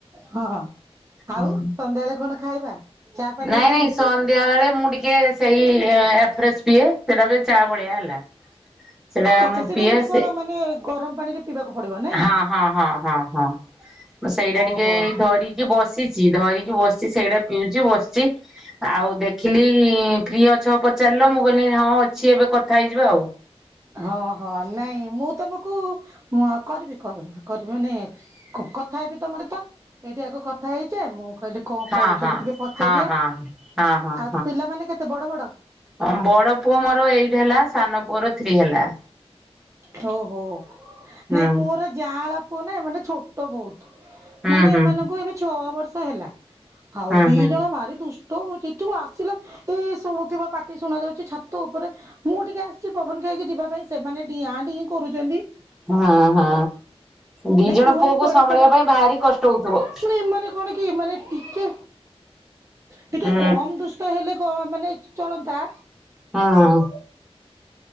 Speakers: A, on the right; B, in the centre.
A: ହଁ
B: ହୁଁ।
A: ଆଉ ସନ୍ଧ୍ୟାବେଳେ କଣ ଖାଇବା? ଚା ପାଣି
B: ନାଇଁ
A: ହେଲାଣି
B: ନାଇଁ ସନ୍ଧ୍ୟା ବେଳେ ମୁଁ ଟିକେ ସେଇ ଏ, ଏଫରେସ୍ ପିଏ। ସେଟା ବି ଚା ଭଳିଆ ହେଲା, ସେଟା
A: ଆଚ୍ଛା
B: ମୁଁ
A: ସେଇଟା
B: ପିଏ
A: ମାନେ କଣ
B: ସେ
A: ମାନେ ଗରମ ପାଣିରେ ପିଇବାକୁ ପଡିବ। ନାଇଁ
B: ହଁ, ହଁ, ହଁ, ହଁ, ହଁ ମୁଁ ସେଇଟା ଟିକେ
A: ଓହୋ।
B: ଏଇ ଧରି ଚି ବସିଛି ଧରିକି ବସିଛି ସେଇଟା ପିଉଚି ବସିଛି। ଆଉ ଦେଖିଲି ଫ୍ରି ଅଛ ପଚାରିଲ ମୁଁ କହିଲି ହଁ ଅଛି ଏବେ କଥା ହେଇଯିବା ଆଉ।
A: ହଁ, ହଁ ନାଇଁ ମୁଁ ତୋମକୁ ମୋ କରିବି କଲ୍, କରିବି ମାନେ କ-କଥା ହେବି ତୋମର ତ ଏଇଠି ଆଗ କଥା ହେଇଯା, ମୁଁ କହିଲି କଣ
B: ହଁ
A: କରୁଛନ୍ତି
B: ହଁ ହଁ
A: ଟିକେ ପଚାରିବା?
B: ହଁ। ହଁ ହଁ
A: ଆଉ ତ ପିଲାମାନେ କେତେ ବଡ ବଡ?
B: ହଁ ବଡ ପୁଅ ମୋର ଏଇଟ୍ ହେଲା, ସାନ ପୁଅର ଥ୍ରୀ ହେଲା।
A: ହୋ ହୋ
B: ହୁଁ
A: ନାଇଁ ମୋର ଜାଆଁଳା ପୁଅ ନା ମାନେ ଛୋଟ ବହୁତ।
B: ହୁଁ
A: ମାନେ
B: ହୁଁ
A: ଏମାନଙ୍କୁ ଏବେ ଛଅ ବର୍ଷ ହେଲା, ଆଉ
B: ହୁଁ
A: ଦି
B: ହୁଁ।
A: ଜଣ ଭାରି ଦୁଷ୍ ଟ ହଉଛି <unintelligible> ଆସିଲ ଏଇ ଶୁଣୁଥୁବ ପାଟି ଶୁଣାଯାଉଛି ଛାତ ଉପରେ। ମୁଁ ଟିକେ ଆସିଛି ପବନ ଖାଇକି ଯିବା ପାଇଁ। ସେମାନେ ଡିଆଁ ଡିଁ କରୁଚନ୍ତି।
B: ହଁ, ହଁ ଦି ଜଣ
A: କୁହନି
B: ପୁଅକୁ
A: କୁଆଡେ
B: ସମ୍ଭାଳିବା
A: କୁଆଡେ
B: ପାଇଁ ଭାରି କଷ୍ଟ ହଉଥିବ?
A: ମାନେ ଏମାନେ କଣ କି ମାନେ ଟିକେ ଟିକେ
B: ହୁଁ
A: କମ ଦୁଷ୍ ଟ ହେଲେ କ- ମାନେ ଚଳନ୍ତା।
B: ହଁ।